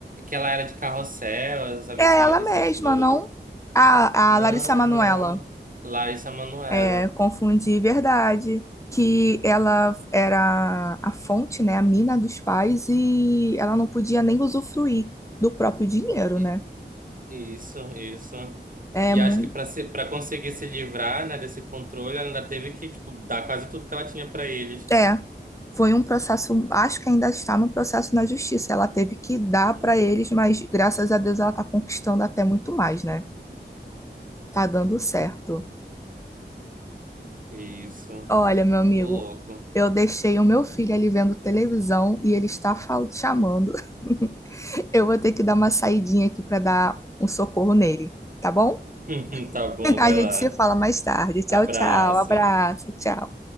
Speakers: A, on the right; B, on the left.
A: que ela era de Carrossel, essa versão
B: É ela
A: mais
B: mesma,
A: recente do
B: não?
A: do
B: A,
A: Não,
B: a Larissa Manoela.
A: não. Larissa Manoela.
B: é, confundir verdade, que ela era a fonte, né, a mina dos pais e ela não podia nem usufruir do próprio dinheiro,
A: I-
B: né?
A: Isso, isso.
B: É,
A: E
B: mu-
A: acho que para ser, para conseguir se livrar, né, desse controle, ela ainda teve que, tipo, dar quase tudo que ela tinha para eles.
B: é, foi um processo, acho que ainda está no processo na justiça. Ela teve que dar
A: Uhum.
B: para eles, mas graças a Deus ela está conquistando até muito mais, né? Tá dando certo.
A: Isso.
B: Olha, meu amigo,
A: Tô louco.
B: eu deixei o meu filho ali vendo televisão e ele está fal- chamando. <laughs> Eu vou ter que dar uma saidinha aqui para dar um socorro nele, tá bom? <laughs>
A: <laughs> Tá bom,
B: A
A: vai
B: gente
A: lá.
B: se fala mais tarde.
A: Abraço.
B: Tchau, tchau. Abraço, tchau.